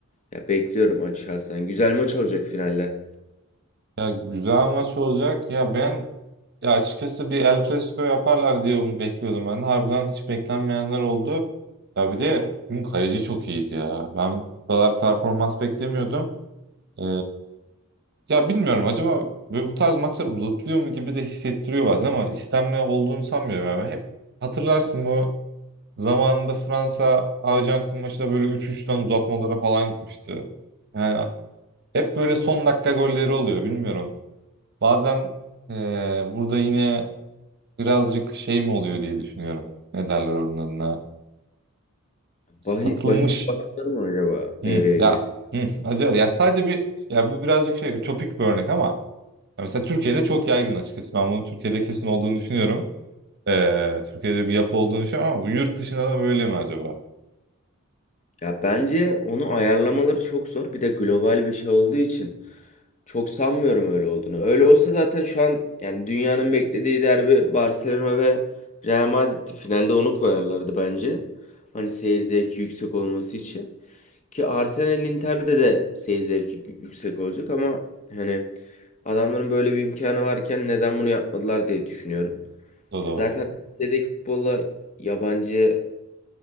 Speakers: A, on the left; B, on the right.
A: ya bekliyorum a- şahsen. Güzel maç olacak finalde.
B: Ya güzel maç olacak. Ya ben Ya açıkçası bir El Clasico yaparlar diye bunu bekliyordum ben. de. Harbiden hiç beklenmeyenler oldu. Ya bir de bugün kaleci çok iyiydi ya. Ben bu kadar performans beklemiyordum. Ee, ya bilmiyorum acaba böyle bu tarz maçlar uzatılıyor mu gibi de hissettiriyor bazen ama istemli olduğunu sanmıyorum. Yani hep hatırlarsın bu zamanında Fransa Arjantin maçında böyle 3-3'ten uzatmalara falan gitmişti. Yani hep böyle son dakika golleri oluyor bilmiyorum. Bazen ee, burada yine birazcık şey mi oluyor diye düşünüyorum. Ne derler onlarına? Satılmış.
A: Bahis, bahis bakanları mı acaba
B: Hı,
A: devreye
B: ya
A: giriyor?
B: hı, acaba ya sadece bir ya bu birazcık şey ütopik bir örnek ama ya mesela Türkiye'de çok yaygın açıkçası. Ben bunun Türkiye'de kesin olduğunu düşünüyorum. Ee, Türkiye'de bir yapı olduğunu düşünüyorum ama bu yurt dışında da böyle mi acaba?
A: Ya bence onu ayarlamaları çok zor. Bir de global bir şey olduğu için çok sanmıyorum öyle olduğunu. Öyle olsa zaten şu an yani dünyanın beklediği derbi Barcelona ve Real Madrid'ti. Finalde onu koyarlardı bence. Hani seyir zevki yüksek olması için. Ki Arsenal Inter'de de seyir zevki yü- yüksek olacak ama hani adamların böyle bir imkanı varken neden bunu yapmadılar diye düşünüyorum.
B: O
A: E
B: da
A: Zaten
B: var.
A: Türkiye'deki futbolla yabancı